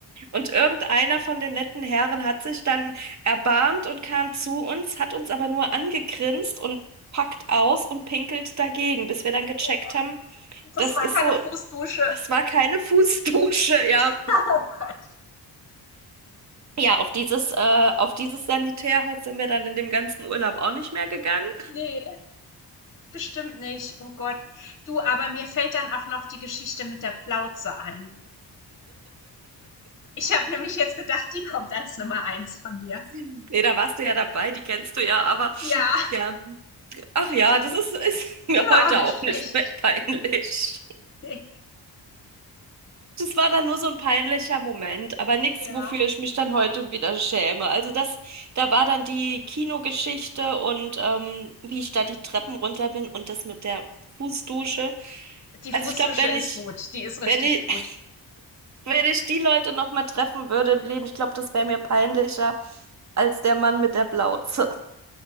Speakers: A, on the right (about 45°); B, on the left (about 30°).
A: Und irgendeiner von den netten Herren hat sich dann erbarmt und kam zu uns, hat uns aber nur angegrinst und packt aus und pinkelt dagegen, bis wir dann gecheckt
B: oh Gott.
A: haben,
B: Das
A: das
B: war
A: ist
B: keine
A: so,
B: Fußdusche.
A: das war keine Fußdusche, ja.
B: <laughs> Oh Gott.
A: Ja, auf dieses, äh, auf dieses Sanitärhaus sind wir dann in dem ganzen Urlaub auch nicht mehr gegangen.
B: Ne, bestimmt nicht. Oh Gott. Du, aber mir fällt dann auch noch die Geschichte mit der Plauze ein. Ich habe nämlich jetzt gedacht, die kommt als Nummer eins von dir.
A: <laughs> Nee, da warst du ja dabei, die kennst du ja, aber
B: Ja,
A: ja, ach ja,
B: die
A: das ist, ist <laughs> mir
B: die war
A: heute
B: auch nicht
A: auch
B: schlecht.
A: nicht mehr peinlich.
B: Ne,
A: Das war dann nur so ein peinlicher Moment, aber nichts,
B: ja.
A: wofür ich mich dann heute wieder schäme. Also das, da war dann die Kinogeschichte und ähm, wie ich da die Treppen runter bin und das mit der Fußdusche.
B: Die Fußdusche
A: Also ich glaube, wenn
B: ist
A: ich,
B: gut. Die ist richtig
A: wenn ich
B: gut.
A: <laughs> Wenn ich die Leute noch mal treffen würde im Leben, ich glaube, das wäre mir peinlicher als der Mann mit der Plauze.